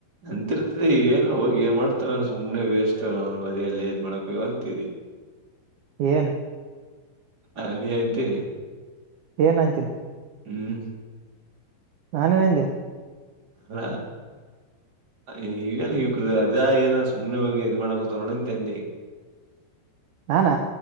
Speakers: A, on the right (about 25°); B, on the right (about 70°).
A: ಅಂತಿರ್ತದೆ ಈವೇನು ಹೋಗಿ ಏನ್ ಮಾಡ್ತವ ಸುಮ್ಮನೆ ವೇಸ್ಟ್ ಅವ್ನು ಬರಿ ಅಲ್ಲೇ ಇದ್ ಮಾಡಕ ಹೋಗ ಅಂತಿ
B: ಏನು
A: ಅಲ್ಲಿ ಎಂತಿ
B: ಏನ್ ಅಂತಿನಿ.
A: ಹ್ಮ್
B: ನಾನೇನ್ ಅಂದೆ
A: ಹ ಈವಗನ್ ಹ ಕ್ರ ಅದ ಏನ ಸುಮನೆ ಹೋಗಿ ಇದ್ ಮಾಡಕೊತ ನೋಡಂತ ಅಂದಿ.
B: ನಾನ